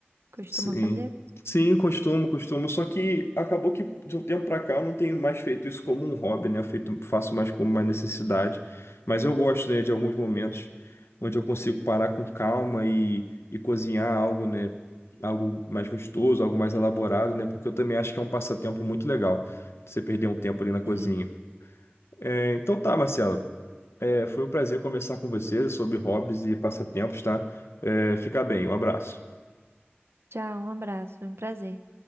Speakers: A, on the right (about 70°); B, on the left (about 80°).
A: costuma
B: Sim.
A: fazer?
B: Sim, costumo, costumo. Só que acabou que de um tempo pra cá eu não tenho mais feito isso como um hobby, né? Eu feito, faço mais como uma necessidade. Mas eu gosto, né, de alguns momentos onde eu consigo parar com calma e, e cozinhar algo, né? Algo mais gostoso, algo mais elaborado, né? Porque eu também acho que é um passatempo muito legal você perder um tempo ali na cozinha.
A: Sim.
B: É, então tá, Marcelo. É, foi um prazer conversar com você sobre hobbies e passatempos, tá? É, fica bem, um abraço.
A: Tchau, um abraço, foi um prazer.